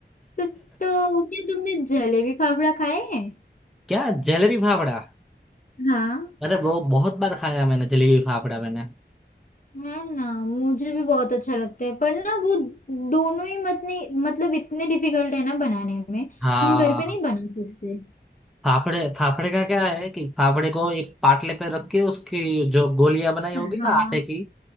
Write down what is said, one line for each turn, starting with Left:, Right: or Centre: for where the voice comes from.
Left: तो तो क्या तुमने जलेबी फाफड़ा खाए हैं
Centre: क्या जलेबी फाफड़ा
Left: हाँ
Centre: अरे वो बहुत बार खाया मैंने जलेबी फाफड़ा मैंने
Left: है ना मुझे भी बहुत अच्छा लगता है पर ना वो दोनों ही मत नहीं मतलब इतने डिफिकल्ट है ना बनाने में
Centre: हाँ
Left: हम घर पे नहीं बना सकते
Centre: फाफड़े फाफड़े का क्या है कि फाफड़े को एक पाटले पे रख के उसकी जो गोलियां बनाई
Left: हाँ
Centre: होगी ना आटे की